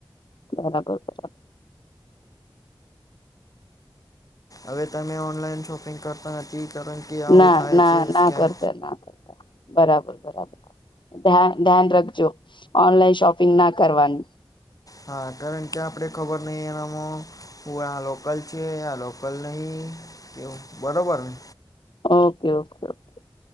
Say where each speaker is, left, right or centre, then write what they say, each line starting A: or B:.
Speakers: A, on the left; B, on the left.
A: બરાબર બરા
B: હવે તમે ઓનલાઈન શોપિંગ કરતા નથી. કારણ કે આવું
A: ના
B: થાય
A: ના
B: છે
A: ના
B: સ્કેમ
A: કરતા ના કરતા બરાબ બર ધ્યાન રખજો ઓનલાઈન શોપિંગ ના કરવાનું.
B: હા કારણ કે આપડે ખબર નઈ એનામાં હું આ લોકલ છે આ લોકલ નહી. કેવું બરોબર ને.
A: ઓકે ઓકે ઓકે